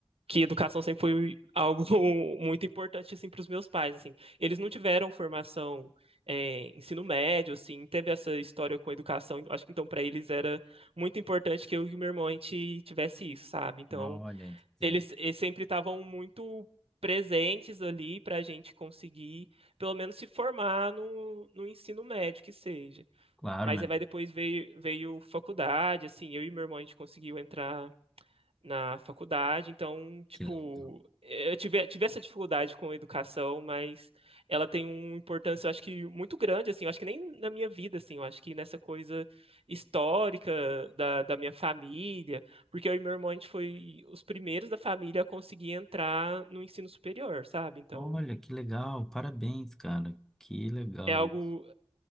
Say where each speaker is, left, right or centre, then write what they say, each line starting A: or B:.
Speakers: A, on the right; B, in the centre.
A: que educação sempre foi algo <laughs> muito importante, assim, para os meus pais, assim. Eles não tiveram formação, é, ensino médio, assim, teve essa história com a educação. Eu Acho que, então, para eles era muito importante que eu e o meu irmão, a gente tivesse isso, sabe? Então,
B: Olha, inter-
A: eles, eles sempre estavam muito presentes ali para a gente conseguir, pelo menos, se formar no, no ensino médio, que seja.
B: claro,
A: Mas
B: né?
A: aí vai depois veio, veio faculdade, assim, eu e meu irmão a gente conseguiu entrar na faculdade, então, tipo,
B: Que legal.
A: eh, eu tive, tive essa dificuldade com a educação, mas ela tem uma importância, eu acho que muito grande, assim, eu acho que nem na minha vida, assim, eu acho que nessa coisa histórica da, da minha família, porque eu e meu irmão, a gente foi os primeiros da família a conseguir entrar no ensino superior, sabe? Então,
B: Olha, que legal, parabéns, cara. Que legal,
A: é algo,
B: isso.